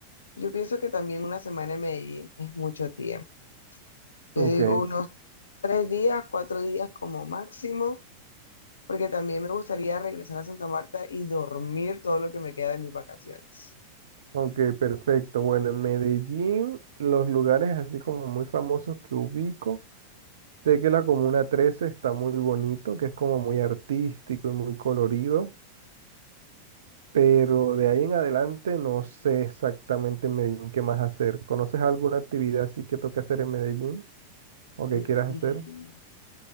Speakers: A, on the left; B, on the right.
A: yo pienso que también una semana en Medellín es mucho tiempo. Yo
B: Ok,
A: digo unos tres días, cuatro días como máximo, porque también me gustaría regresar a Santa Marta y dormir todo lo que me queda de mis vacaciones.
B: ok, perfecto. Bueno, en Medellín, los lugares así como muy famosos que ubico, sé que la Comuna 13 está muy bonito, que es como muy artístico y muy colorido, pero de ahí en adelante no sé exactamente en Medellín qué más hacer. ¿Conoces alguna actividad así que toque hacer en Medellín o que
A: Mm.
B: quieras hacer?